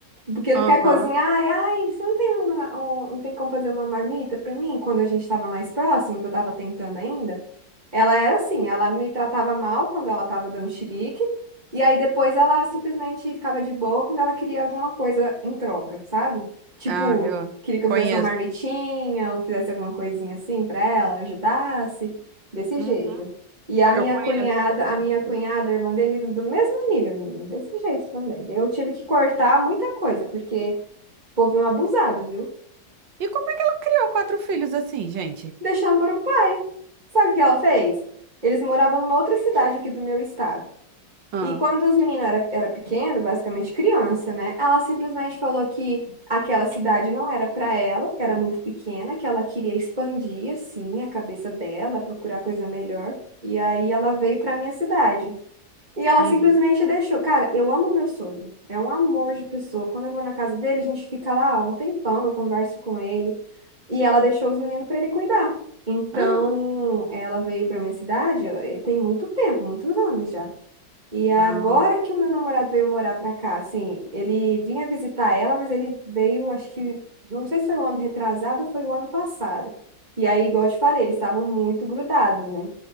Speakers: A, on the right; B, on the right.
A: Porque
B: Aham.
A: não quer cozinhar. Ai, ai, você não tem uma, um- não tem como fazer uma marmita pra mim? Quando a gente estava mais próximo, que eu estava tentando ainda, ela era assim, ela me tratava mal quando ela estava dando chilique, e aí depois ela simplesmente ficava de boa quando ela queria alguma coisa em troca, sabe? Tipo,
B: Ah, eu
A: queria que
B: conheço.
A: eu fizesse uma marmitinha, ou fizesse alguma coisinha assim pra ela, ajudasse, desse
B: Uhum.
A: jeito. E a
B: Eu
A: minha
B: conheço.
A: cunhada, a minha cunhada, a irmã dele, do mesmo nível, menina, desse jeito também. Eu tive que cortar muita coisa, porque o povo é um abusado, viu?
B: E como é que ela criou quatro filhos assim, gente?
A: Deixando para o pai. Sabe o que ela fez? Eles moravam numa outra cidade aqui do meu estado.
B: Ah,
A: E quando os meninos era, era pequeno, basicamente criança, né? Ela simplesmente falou que aquela cidade não era para ela, que era muito pequena, que ela queria expandir, assim, a cabeça dela, procurar coisa melhor. E aí ela veio para minha cidade. E ela
B: uhum.
A: simplesmente deixou. Cara, eu amo meu sogro. É um amor de pessoa. Quando eu vou na casa dele, a gente fica lá um tempão, eu converso com ele. E ela deixou os meninos para ele cuidar. Então,
B: Ah,
A: ela veio para minha cidade, ó, e tem muito tempo, muitos anos já. E agora
B: ah,
A: que o meu namorado veio morar pra cá, assim, ele vinha visitar ela, mas ele veio, acho que, não sei se foi o ano retrasado ou foi o ano passado. E aí, igual eu te falei, eles estavam muito grudados, né?